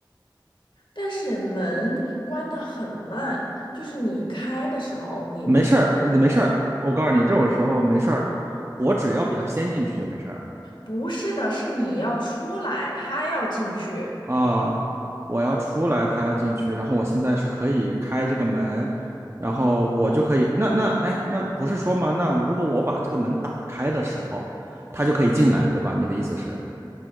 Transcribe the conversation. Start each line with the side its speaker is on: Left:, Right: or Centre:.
Left: 但是门关得很慢，就是你开的时候，你你
Right: 没事儿，没事儿。我告诉你，这种时候没事儿，我只要比他先进去就没事儿了。
Left: 不是的，是你要出来，他要进去。
Right: 啊，我要出来，他要进去，然后我现在是可以开这个门，然后我就可以，那那哎，那不是说吗？那如果我把这个门打开的时候，他就可以进来，对吧？你的意思是，